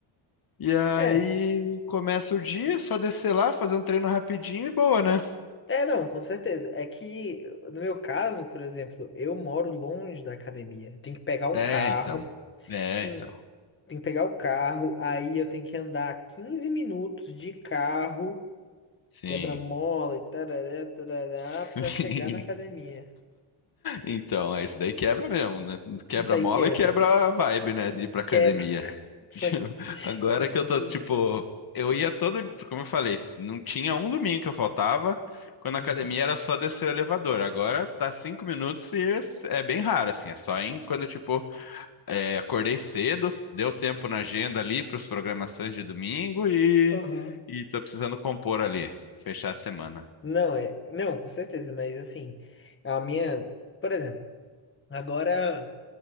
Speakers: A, on the left (about 45°); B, on the left (about 25°).
A: e aí
B: É,
A: começa o dia, só descer lá, fazer um treino rapidinho e boa, né?
B: é, não, com certeza. É que, no meu caso, por exemplo, eu moro longe da academia. Tem que pegar um
A: É,
B: carro.
A: então. É,
B: Sim,
A: então.
B: tem que pegar o carro, aí eu tenho que andar 15 minutos de carro.
A: Sim.
B: Quebra-mola e tarará, tarará,
A: <laughs>
B: pra
A: Sim.
B: chegar na academia.
A: Então, é isso daí quebra mesmo, né? Quebra
B: Isso aí
A: a mola
B: quebra.
A: e quebra a vibe, né? De ir pra academia.
B: Quebra. <laughs> Foi
A: <laughs>
B: assim.
A: Agora
B: Exatamente.
A: que eu tô, tipo, eu ia todo, como eu falei, não tinha um domingo que eu faltava, quando a
B: Sim.
A: academia era só descer o elevador. Agora tá cinco minutos e é é bem raro, assim, é só em quando, tipo, é, acordei cedo, deu tempo na agenda ali pros programações de domingo e,
B: Aham.
A: e tô precisando compor ali, fechar a semana.
B: Não, é. Não, com certeza, mas assim, a minha. Por exemplo, agora.